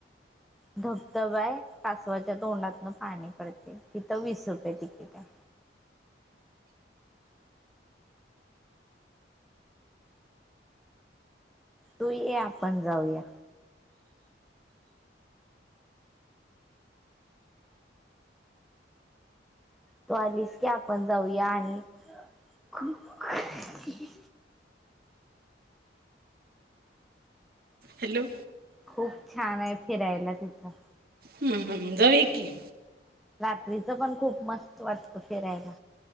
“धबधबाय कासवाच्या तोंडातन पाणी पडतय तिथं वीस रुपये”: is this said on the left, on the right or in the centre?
Centre